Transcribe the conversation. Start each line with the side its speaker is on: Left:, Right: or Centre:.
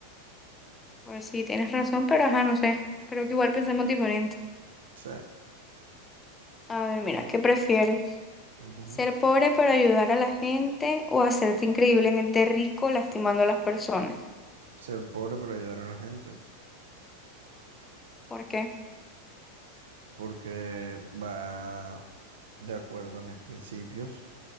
Left: Pues sí, tienes razón, pero ajá, no sé. Creo que igual pensamos diferente.
Right: Sí.
Left: A ver, mira, ¿qué prefieres?
Right: ujú.
Left: ¿Ser pobre pero ayudar a la gente o hacerte increíblemente rico lastimando a las personas?
Right: Ser pobre pero ayudar a la gente.
Left: ¿Por qué?
Right: porque va de acuerdo a mis principios,